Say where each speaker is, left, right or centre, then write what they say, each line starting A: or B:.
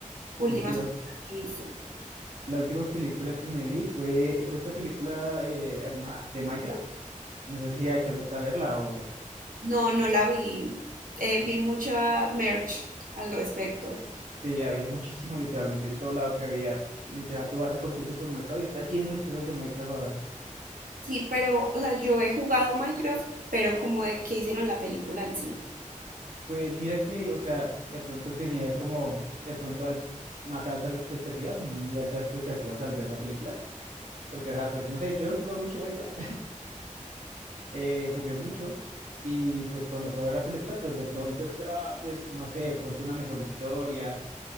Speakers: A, on the right; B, on the right.
A: últimas
B: Última
A: películas que viste.
B: La última película que me vi fue, fue esa película eh, animada de Minecraft. No sé si alcanzaste a verla o...
A: No, no la vi. Eh, vi mucha merch al respecto.
B: Sí, había muchísimo literalmente en todo lado que había. Literal, tú vas a cualquier supermercado y está lleno de cosas de Minecraft ahora.
A: Sí, pero, o sea, yo he jugado Minecraft, pero como de que hicieron la película en sí.
B: Pues mira que, o sea, de pronto tenía como, de pronto al- más altas expectativas, muy altas expectativas al ver la película. Porque, ajá, pues no sé, yo he jugado mucho Minecraft, <laughs> eh, jugué mucho. Y pues cuando fui a ver la película, pues de pronto esperaba, pues no sé, de pronto una mejor historia